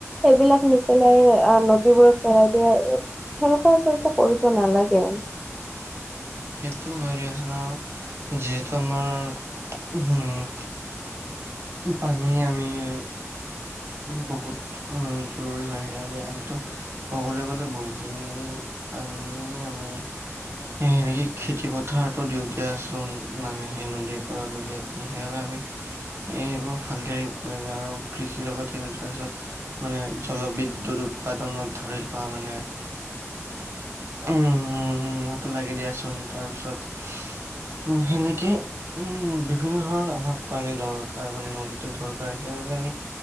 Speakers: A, in the centre; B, on the right (about 55°).
A: সেইবিলাক নিপেলাই আহ নদীবোৰত পেলাই দিয়ে। সেনেকুৱা আচলতে কৰিব নালাগে।
B: সেইটো হয়। যিহেতু আমাৰ হম্ পানী আমি- বহুত উম জৰুৰী হয় সেই বাবে আমিতো ক'বলৈ গ'লে বহুখিনি পানী আমি- সেই সেনেকে খেতি পথাৰতটো দিওঁতেচোন মানে সেই নদীৰ পৰা লৈ যায়। সেইবাবে আমি এইবোৰ ভালকে এ আৰু কৃষিৰ লগত তাৰ পিছত মানে জলবিদ্যুত উৎপাদনত ধৰি লোৱা মানে উমম সটো লাগে দিয়াচোন তাৰপাছত উম সেনেকেই উম বিভিন্ন ধৰণৰ আমাক পানী দৰকাৰ মানে নদীতো দৰকাৰ সেইবাবে আমি-